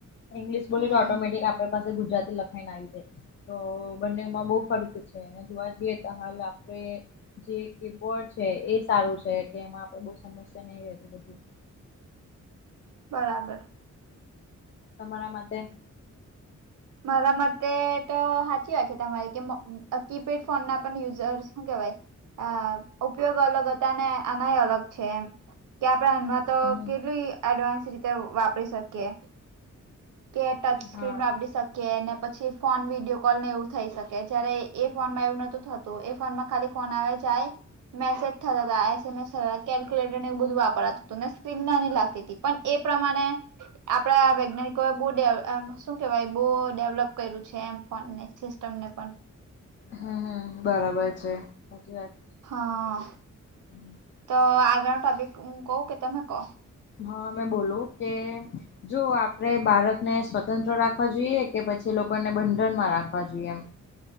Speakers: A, on the left; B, on the right.
A: ઇંગ્લિશ બોલયે
B: હમ
A: તો ઓટોમેટિક આપે પાસે ગુજરાતી લખાઈને આવી જાય. તો બંનેમાં બહુ ફરક છે જોવા જઈએ તો હાલ આપડે જે કે બોર્ડ છે એ સારું છે કે એમાં આપડે બહુ સમસ્યા નહીં હતી બધી.
B: બરાબર
A: હ તમારા માટે
B: મારા માટેતે તો સાચી વાત છે તમારી કે કીપેડ ફોન ના પણ યુઝર શું કેવાય અ ઉપયોગ અલગ હતા અને આનાય અલગ છે એમ કે આપણે તો
A: હમ
B: કેટલી એડવાન્સ રીતે વાપરી શકીએ કે ટચ
A: હા
B: સ્ક્રીનમાં આપણી સાથે કે ને પછી ફોન વિડીયો કોલ ને એવું થઈ શકે જયારે એ ફોનમાં એવું નતું થત એ ફોનમાં ખાલી ફોન આવ જાય મેસેજ થ તમે સર કેલ્ક્યુલેટર એ બધું વાપરાતું સ્્રીન ના લાગતી પણ એ પ્રમાણે આપણે વૈજ્ઞાનિક બહુે શું કેહેવાય બહુ ડેવલપ કર્યું છે એમ પણને સિસ્ટમને પણ
A: હમ હમ બરાબર છે સાચી વાત
B: હા
A: <inaudible>
B: તો આગળ ટબિક કવ કે તમે કહો
A: હા મેં બોલું કે જો આપડે બારકને સ્વતંત્ર રાખવા જોઈએ કે પછી લોકોને બંધણ માં રાખવા જોઈએ એમ.